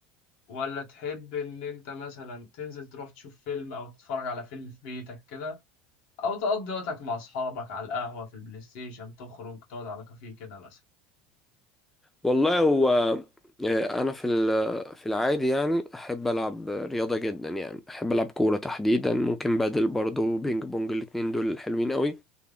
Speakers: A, on the left; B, in the centre.
A: ولا تحب إن أنت مثلا تنزل تروح تشوف فيلم أو تتفرج على فيلم في بيتك كده أو تقضي وقتك مع أصحابك على القهوة في البلاي ستيشن تخرج تقعد على كافيه كده مثلا
B: والله هو آه، أنا في ال- في العادي يعني أحب ألعب رياضة جدا يعني أحب ألعب كورة تحديدا ممكن بادل برضه وبينج بونج الاتنين دول حلوين قوي